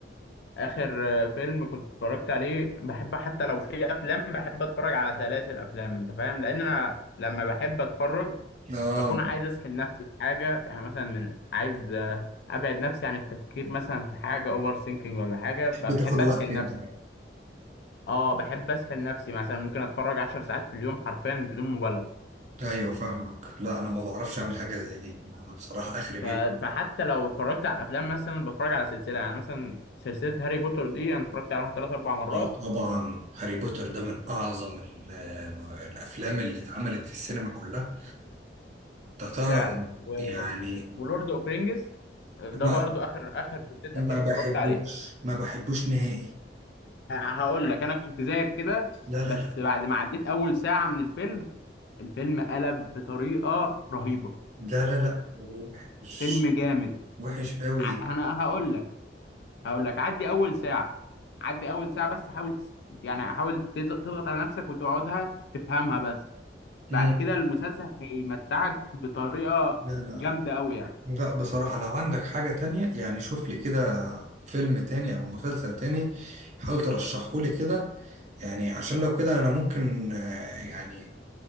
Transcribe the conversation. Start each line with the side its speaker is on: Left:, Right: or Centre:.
Left: اخر آه، فيلم كنت اتفرجت عليه بحب حتى لو في افلام بحب اتفرج على سلاسل افلام انت فاهم لان انا لما بحب اتفرج
Right: اه
Left: بكون عايز اسحل نفسي في حاجه يعني مثلا من عايز آه، ابعد نفسي عن التفكير مثلا في حاجه اوفر ثينكينج ولا حاجه
Right: بتحب
Left: فبحب
Right: تاخد
Left: اسحل
Right: وقت انت
Left: نفسي
Right: يعني.
Left: اه بحب اسحل نفسي مثلا ممكن اتفرج 10 ساعات في اليوم حرفيا بدون مبالغه
Right: ايوه فاهمك لا انا ما بعرفش اعمل حاجة زي دي انا بصراحة اخري بيبقى
Left: ف- فحتى لو اتفرجت على الافلام مثلا بتفرج على سلسله يعني مثلا سلسله هاري بوتر دي انا اتفرجت عليها ثلاث اربع مرات
Right: اه طبعا هاري بوتر ده من اعظم ال- آه، الافلام اللي اتعملت في السينما كلها انت تعرف
Left: فعلا و...
Right: يعني
Left: ولورد اوف رينجز ده
Right: لا
Left: برضو اخر اخر سلسله
Right: ما
Left: افلام
Right: بحبوش
Left: اتفرجت عليها
Right: ما بحبوش نهائي
Left: ه- هقول لك انا كنت زيك كده
Right: لا لا
Left: بس
Right: لا
Left: بعد ما عديت اول ساعه من الفيلم الفيلم قلب بطريقه رهيبه
Right: لا لا لا وحش
Left: فيلم جامد
Right: وحش قوي
Left: ع- انا هقول لك هقول لك عدي اول ساعه عدي اول ساعه بس حاول تس... يعني حاول تز- تضغط على نفسك وتقعدها تفهمها بس بعد
Right: مم.
Left: كده المسلسل هيمتعك بطريقه
Right: لا لا
Left: جامده قوي يعني
Right: لا بصراحة لو عندك حاجة تانية يعني شوف لي كده فيلم تاني أو مسلسل تاني حاول ترشحه لي كده يعني عشان لو كده أنا ممكن آه، يعني